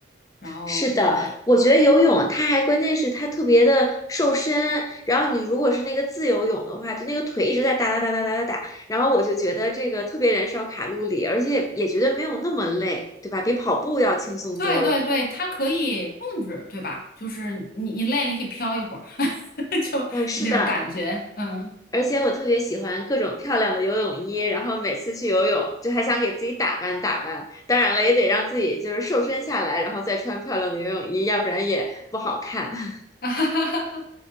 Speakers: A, on the left; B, on the left.
A: 然后对。
B: 是的，我觉得游泳它还关键是它特别的瘦身，然后你如果是那个自由泳的话，就那个腿一直在哒哒哒哒哒哒打，然后我就觉得这个特别燃烧卡路里，而且也觉得没有那么累，对吧？比跑步要轻松多了。
A: 对对对，它可以控制，对吧？就是你你累了，你可以飘一会儿，<laughs> 就就那种感觉，
B: 嗯，是的。
A: 嗯，
B: 而且我特别喜欢各种漂亮的游泳衣，然后每次去游泳就还想给自己打扮打扮。当然了，也得让自己就是瘦身下来，然后再穿漂亮的游泳衣，要不然也不好看。<laughs>
A: <laughs> 啊哈哈哈哈，